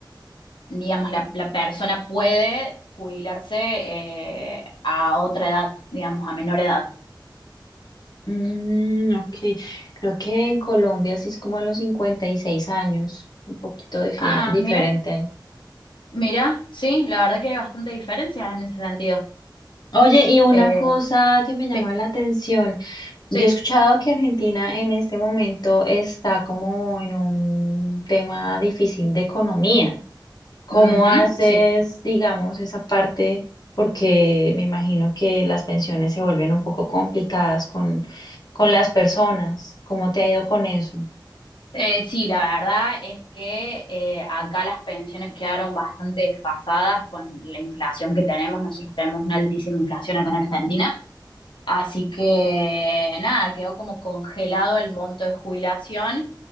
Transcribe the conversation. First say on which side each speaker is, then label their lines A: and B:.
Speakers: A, on the left; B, on the left.
A: digamos, la, la persona puede jubilarse eh, a otra edad, digamos, a menor edad.
B: Mm, ok, creo que en Colombia sí es como a los 56 años, un poquito difi-
A: Ah,
B: diferente
A: mira,
B: ahí.
A: mira, sí, la verdad que hay bastante diferencias en ese sentido.
B: Oye, y una
A: Eh,
B: cosa que me llama
A: sí,
B: la atención. Yo
A: sí,
B: he escuchado que Argentina en este momento está como en un tema difícil de economía. ¿Cómo
A: ujú,
B: haces,
A: sí.
B: digamos, esa parte? Porque me imagino que las pensiones se vuelven un poco complicadas con, con las personas. ¿Cómo te ha ido con eso?
A: Eh, sí, la verdad es que eh, acá las pensiones quedaron bastante desfasadas con la inflación que tenemos. Nosotros tenemos una altísima inflación acá en Argentina. Así que nada, quedó como congelado el monto de jubilación